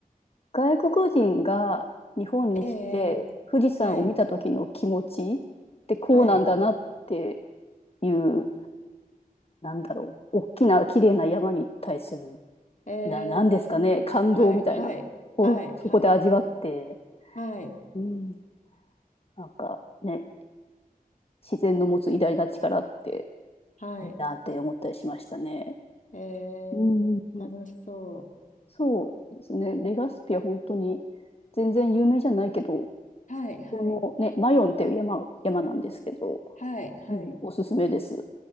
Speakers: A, on the left; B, on the left.
A: 外国人が日本に来て富士山を見た時の気持ちっ
B: ええはい。
A: てこうなんだなって
B: はい。
A: いうなんだろう大きな綺麗な山に対する
B: ええはい。
A: ななんですかね感動みたいなをそこで味わって、
B: はい。はい。はい。はい。
A: うん、なんかね自然の持つ偉大な力って
B: はい。
A: いいなって思ったりしましたね。
B: ええ楽しそう。
A: うんうんうんそうですね。レガスピは本当に全然有名じゃないけど、
B: はい。はい。
A: このね、マヨンっていう山、山なんですけど、
B: はい、はい。
A: うん、おすすめです。